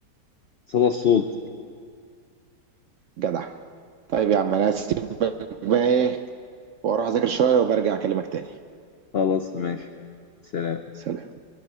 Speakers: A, on the left; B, on the right.
A: صدى الصوت
B: جدع طيب يا عم انا هسيبك بقى ايه واروح اذاكر شويه وبرجع اكلمك تاني
A: خلاص ماشي سلام
B: سلام